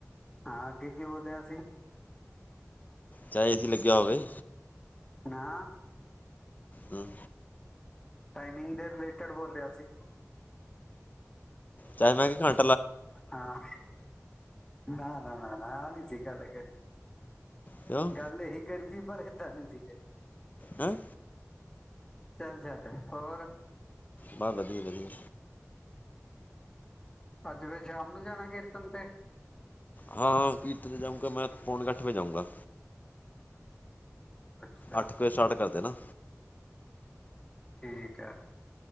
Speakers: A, on the left (about 15°); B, on the left (about 30°).
A: ਹਾਂ ਅਗੇ ਕਿ ਬੋਲਿਆ ਸੀ।
B: ਚਾਹੇ ਏਸੀ ਲੱਗਿਆ ਹੋਵੇ।
A: ਨਾ
B: ਹੰਮ।
A: ਟਾਈਮਿੰਗ ਦੇ ਰਿਲੇਟਿਡ ਬੋਲਿਆ ਸੀ।
B: ਚਾਏ ਮੈਂ ਕਿਹਾ ਘੰ
A: ਹਾਂ ਨਾ-ਨਾ-ਨਾ-ਨਾ ਆ ਨੀ ਸੀ। ਗੱਲ ਕਰੀ,
B: ਕਿਉਂ
A: ਗੱਲ ਇਹੀ ਕਰੀ ਸੀ ਪਰ ਏਦਾਂ ਨੀ ਸੀ ਕਰੀ।
B: ਹੈਂ।
A: ਚੱਲ ਛੱਡ, ਹੋਰ।
B: ਬ ਵਧੀਆ-ਵਧੀਆ।
A: ਅੱਜ ਫਿਰ ਸ਼ਾਮ ਨੂੰ ਜਾਣਾ ਏ ਕੀਰਤਨ ਤੇ।
B: ਹਾਂ ਕੀਰਤ ਜਾਊਂਗਾ ਮੈਂ ਪੌਣੇ ਕੁ ਅੱਠ ਵਜੇ ਜਾਊਂਗਾ।
A: ਅੱਛਾ
B: ਅੱਠ ਕੁ ਵਜੇ ਸਟਾਰਟ ਕਰਦੇਨਾ।
A: ਠੀਕ ਹੈ।